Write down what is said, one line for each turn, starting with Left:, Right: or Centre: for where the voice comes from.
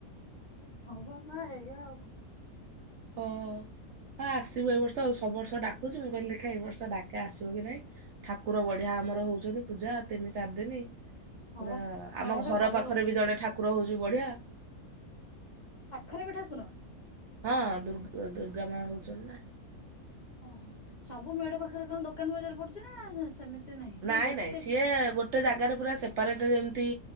Left: ହବ ବା ନା ଏଆ ଆ କ
Right: ଓ ଆସିବୁ ଏ ବର୍ଷ ସବୁ ବର୍ଷ ଡାକୁଛି ମୁଁ କହିଲି ଦେଖା ଏଇ ବର୍ଷ ଡାକେ ଆସିବ କି ନାହିଁ ଠାକୁର ବଢିଆ ଆମର ହଉଛନ୍ତି ପୂଜା ତିନି ଚାରି ଦିନି
Left: ହଁ
Right: ପୁରା
Left: ବା ନାଇଁ
Right: ଆମ
Left: ବା
Right: ଘର
Left: ସବୁ
Right: ପାଖରେ ବି ଜଣେ ଠାକୁ ଠାକୁର ହଉଛି ବଢିଆ।
Left: ଘରେ ବି ଠାକୁର।
Right: ହଁ ଦୁର୍ଗା ଦୁର୍ଗା ମା ହଉଛନ୍ତି ନା।
Left: ଓହୋ ସବୁ ମେଢ ପାଖରେ କଣ ଦୋକାନ ବଜାର ପଡୁଛି ନା ସେମିତି ନାହିଁ ନା
Right: ନାଇଁ
Left: ଗୋଟେ
Right: ନାଇଁ ସିଏ ଗୋଟେ ଜାଗାରେ ପୁରା ସେ ସେପାରେଟ ଯେମିତି